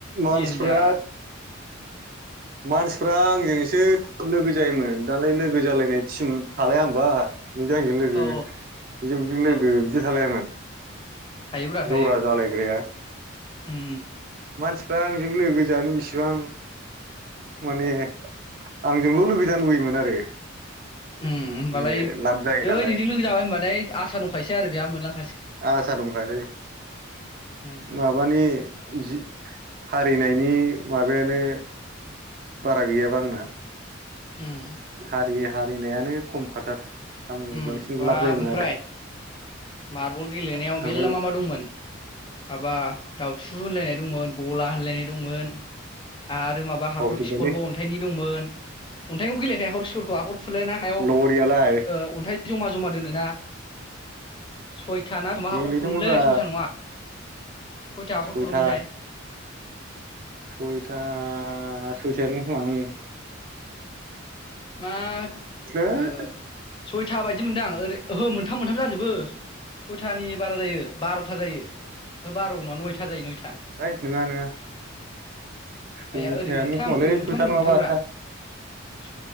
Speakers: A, on the right; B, on the left.
A: मानसिफ्रा
B: देनजार
A: मानसिफ्रा आंजोंसो लोगो जायोमोन, दालाय लोगो जालायनाय टिम थालाया होमबा। नोंजों आंजों लोगो,
B: औ
A: बेजों बेजों लोगो
B: औ
A: बिदि थालायामोन।
B: थायोब्रा थायो
A: ज'रा जालायग्राया।
B: उम
A: मानसिफ्रा आंजों लोगो जानो बिसि जां माने आंजोंल' लोगो जानो लुबैयोमोन आरो।
B: उम होमबालाय
A: माने लाब जायो
B: जै
A: नालाय
B: नोंजों लोगो जाबाय होनबा थाय आसा दंखायोसै आरो बेहा मोनलां
A: आसा दंखासै,
B: उम
A: माबानि जि हारिनायनि माबायानो बारा गैयाबा आंना।
B: उम
A: हारि हारिनायानो खमखाथार। आं
B: उम
A: बांसिन
B: बाब
A: लाब जायोमोन
B: ओमफ्राय
A: आरो।
B: मार्बल गेलेनायाव
A: ओमफ्राय
B: मेरला मा मा दंमोन? माबा दावथु होनलायनाय दंमोन ग'ला होनलायनाय दंमोन। आरो माबा हाखर
A: बावजोब्बायलै
B: खिखरबो अन्थाइनि दंमोन, अन्थाइखौ गेलेखायाखै हाखर खिखरखौ हाखर खुलायना हायाव
A: लरियालाय
B: ओ अन्थाइ ज'मा ज'मा दोनोना। सयथा ना मा
A: गेलेदोंमोनब्रा
B: हाखर खुरोमलै, सयथा नङा खयथा हाखर
A: सयथा
B: खुरोमोनथाय?
A: सयथा सयथायानोमोन खोमा उम।
B: मा
A: है
B: ओ सयथा बायदि मोनदों आं ओरै ओहो मोनथाम मोनथाम जाजोबो सयथानि बारा जायो बार'था जायो ओ बार नङा नयथा जायो नयथा।
A: ओइद नोङा नोङा सयथायानो
B: आइया ओरै मोनथाम
A: खोमालै
B: ओरै मोनथाम
A: सयथा
B: ओरै
A: नङाबा
B: मोनथामब्रा
A: आदथा।
B: स